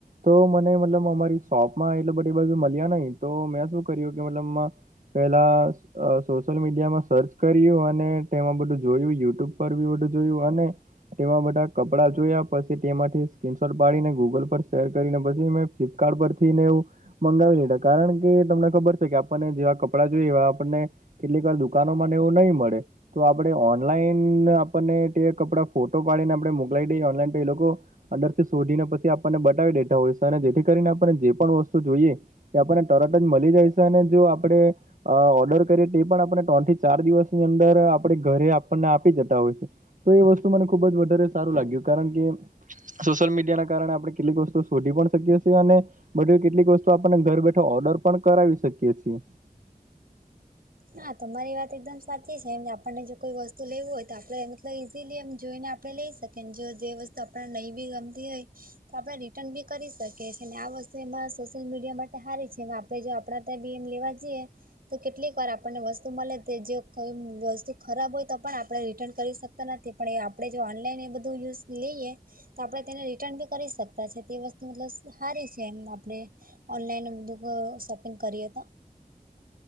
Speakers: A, on the right; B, on the right.
A: તો મને મતલબ અમારી શોપમાં એટલે બધી બાજુ મળ્યા નય તો મેં શું કર્યું કે મતલબ પેહલા સોશિયલ મીડિયામાં સર્ચ કર્યું અને તેમાં બધું જોયું યુટ્યુબ પર વીયુ વ જોયું અને તેમાં બધા કપડાં જોયા પછી તેમાંથી સ્ક્રીનશોટ પાડીને ગૂગલ પર શેર કરીને પછી મેં ફ્લિપકાર્ટ પર, થી ને એવું મંગાવી લીધા કારણ કે તમને ખબર છે કે આપણને જેવા કપડાં જોઈએ એવા આપણને કેટલી વાર દુકાનોમાં ને એવું નહી મળે. તો આપડણે ઓનલાઈન આપણને તે કપડાં ફોટો પાડીને આપડણે મોકલાવી દઈએ ઓનલાઈન તો એ લોકો, અંદરથી શોધીને પછી આપણને બતાવી દેતા હોય છે અને જેથી કરીને આપને જે પણ વસ્તુ જોઈએ. એ આપણને તરત જ મળી જાય છે અને જો આપણેે, અ ઓર્ડર કરીએ તે પણ આપણને ત્રણ થી ચાર દિવસની અંદર આપણે ઘરે આપણને આપી જતા હોય છે. તો એ વસ્તુ મને ખુબ જ વધારે સારું લાગ્યું કારણ કે, સોશિયલ મીડિયાના કારણે આપણે કેટલીક વસ્તુ શોધી પણ શકીએ છીએ અને, બધું કેટલીક વસ્તુ આપને ઘર બેઠો ઓર્ડર પણ કરાવી શકીએ છીએ.
B: હા તમારી વાત એકદમ સાચી છે એમ આપણને જો કોઈ વસ્તુ લેવું હોય તો આપડે મતલબ ઈઝીલી એમ જોઈને આપ લઈ શકે જો જે વસ્તુ આપણે નહીં બી ગમતી હોય, તો આપણે રિટર્ન બી કરી શકીએ છીએ ને આ વસ્તુ એમાં સોશિયલ મીડિયા માટે સારી છે. આ આપ આપડા ત્યાં બી એમ લેવા જઈએ તો કેટલીક વાર આપ આપણને વસ્તુ મળે તે જો કોઈ વસ્તુ ખરાબ હોય તો પણ આપણે રિટર્ન કરી શકતા નથી પણ આપ આપણે જો ઓનલાઈન એ બધું યુઝ લઈએ તો આપણે તેને રિટર્ન બી કરી શકતા છે તે વસ્તુ મતલબ સારી છે એમ આપણે ઓનલાઈન બધું ક શોપિંગ કરીએ તો,